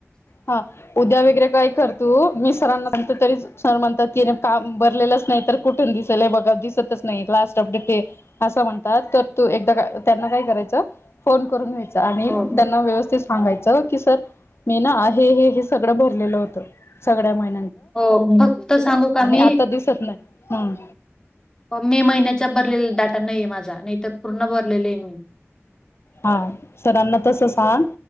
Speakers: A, on the left; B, on the left.
A: हा उद्या वगैरे काय कर तू मी सरांना सांगते तरी सर म्हणतात तिने काम भरलेलंच नाही तर कुठून दिसलय? बघा दिसतच नाही. लास्ट अपडेट ते, असं म्हणतात. तर तू एकदा त्यांना काय करायचं? फोन करून घ्यायच आणि
B: हो
A: त्यांना व्यवस्थित सांगायचं की, सर मी ना आहे हे हे हे सगळं भरलेलं होतं सगळ्या माहिती
B: हो फक्त सांगू का मी
A: आता दिसत नाही हम्म
B: मे महिन्या भरलेला डाटा नाही माझा नाही तर पूर्ण भर लेले मी.
A: हा सरांना तस सांग